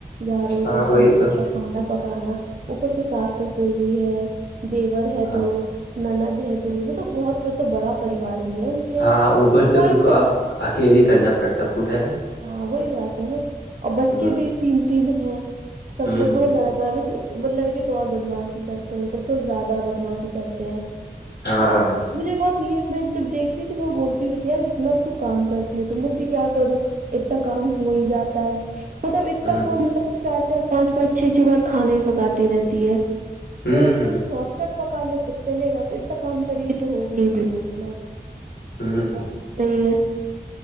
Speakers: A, on the right; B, on the left.
A: جھاڑو
B: ہاں
A: برتن
B: وہی
A: سوچھا
B: تو
A: کھانا پکانا اوپر سے ساس تسر بھی ہے دیور ہے
B: ہاں
A: دو ند ہے دو مطلب بہت مطب بڑا پریوار بھی ہے کے یہاں
B: ہاں اوپر
A: اور
B: سے
A: کوئی
B: ان کو
A: سب
B: اکیلے ہی کرنا پڑتا پورا ہے نا
A: ہاں وہی بات ہے نا اور بچے
B: ہوں
A: بھی تین تین ہیں سب
B: ہوں
A: کو دو لڑک ب ب لڑکے تو اور بدماشی کرتے ہیں مطلب تھوڑا زیادہ بدماشی کرتے ہیں <unintelligible>
B: ہاںاںاں
A: مطلب
B: <unintelligible>
A: مجھے بہت یہ میں جب دیکھتی تھی میں بول کے بیدیا یار اتنا کیوں کام کرتی ہے تم تو بولتی کیا کروں اتنا کام ہو ہی جاتا ہے مطلب اتتا
B: ہوں
A: کون مطلب چار چار پانچ پانچ چھ چھ بار کھانا ہی پکاتی رہتی ہے
B: ہوں
A: تو
B: ہ
A: پھر شارٹ کٹ پکا لو تو چلے گا تو اتنا کام کری گی تو ہوگی بھی گھوشنا
B: ہوں
A: ہے بات
B: ہ
A: تو صحیح ہے